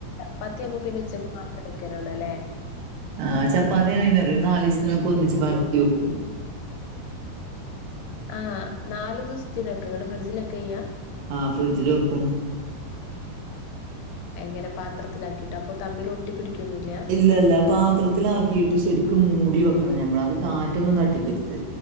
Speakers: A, on the left (about 85°); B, on the right (about 80°).
A: ചപ്പാത്തിയാകുമ്പോ പിന്നെ ഉച്ചക്ക് മാത്രം വെക്കലുള്ളൂ അല്ലേ
B: ആഹ ചപ്പാത്തിയെങ്ങനറിയ ഒര് നാല്സ്ത്തിനൊക്കെ ഒന്നിച്ച് പരത്തി വെക്കും
A: ആ നാല് ദിസ്ത്തിനൊക്കെ എന്നിട്ട് ഫ്രിഡ്ജിലെക്ക ചെയ്യാ
B: ആഹ ഫ്രിഡ്ജില് വെക്കും
A: എങ്ങനെ പാത്രത്തിലാക്കിയിട്ടപ്പൊ തമ്മില് ഒട്ടിപ്പിടിക്കൊന്നില്ല
B: ഇല്ലല്ല പാത്രത്തിലാക്കിയിട്ട് ശെരിക്കും മൂടി വെക്കണം ഞമ്മളത് കാറ്റൊന്നും തട്ടിക്കര്ത്